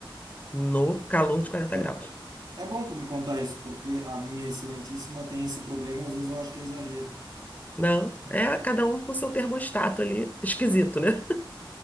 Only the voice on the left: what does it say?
no calor de quarenta
graus.
Não, é cada um com seu termostato ali, esquisito, né?